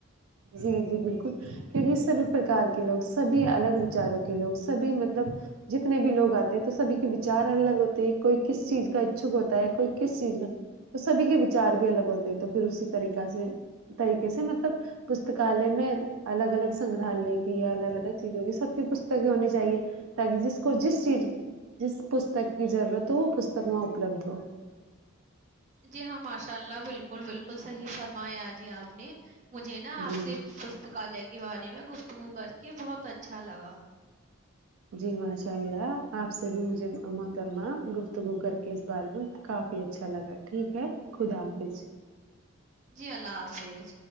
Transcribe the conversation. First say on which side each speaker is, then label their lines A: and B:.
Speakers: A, on the right; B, on the right.
A: جی جی بالکل کیونکہ سبھی پرکار کے لوگ سبھی الگ وچاروں کے لوگ سبھی مطلب جتنے بھی لوگ آتے ہیں تو سبھی کے وچار الگ ہوتے ہیں کوئی کس چیز کا اچھک ہوتا ہے کوئی کس چیز کا تو سبھی کے وچار بھی الگ ہوتے ہیں تو پھر اسی طریق سے طریقے سے مطلب مطلب پستکالیہ میں الگ الگ سنگگرہالیہ کی یا الگ الگ چیزوں کی سب کی پستکیں ہونی چاہیے تاکہ جس کو جس چیز جس پستک کی ضرورت ہو وہ پستک وہاں اپلبدھ ہو
B: جی ہاں ماشاء اللہ بالکل بالکل صحیح فرمایا آ جی آپ نے مجھے نا آپ
A: جی
B: سے پستکالیہ کے بارے میں گفتگو کر کے بہت اچھا لگا
A: جی ماشاء اللہ آپ سے بھی مجھے محترمہ گفتگو کر کے اس بارے میں کافی بھی اچھا لگا ٹھیک ہے خدا حافظ
B: جی اللہ حافظ